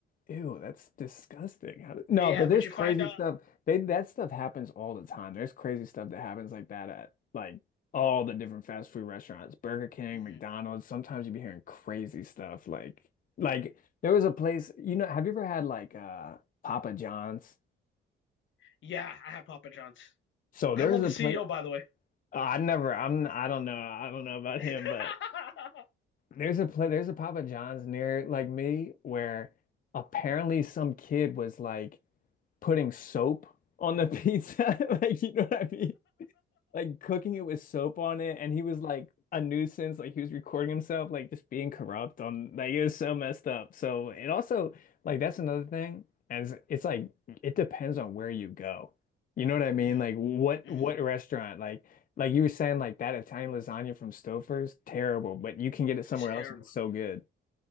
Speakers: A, on the left; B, on the left.
A: Ew, that's disgusting. How did... No,
B: Yeah,
A: but
B: but
A: there's
B: you
A: crazy
B: find out.
A: stuff. They that stuff happens all the time. There's crazy stuff that happens like that at like all the different fast food restaurants, Burger King,
B: hmm
A: McDonald's. Sometimes you be hearing crazy stuff like like there was a place, you know, have you ever had like uh Papa John's?
B: Yeah, I have Papa John's.
A: So there's
B: I love
A: a
B: the
A: place
B: CEO, by the way.
A: I never I'm I don't know. I don't know about
B: <laughs>
A: him, but there's a place there's a Papa John's near like me where apparently some kid was like putting soap on the pizza. <laughs> Like, you know what I mean? Like cooking it with soap on it. And he was like a nuisance. Like he was recording himself, like just being corrupt on like it was so messed up. So it also like that's another thing. As it's it's, like it depends on where you go. You know what I mean?
B: hmm
A: Like what
B: hmm
A: what restaurant? Like like you were saying, like that Italian lasagna from Stouffer's, terrible, but you can get it somewhere
B: Terrible.
A: else and it's so good.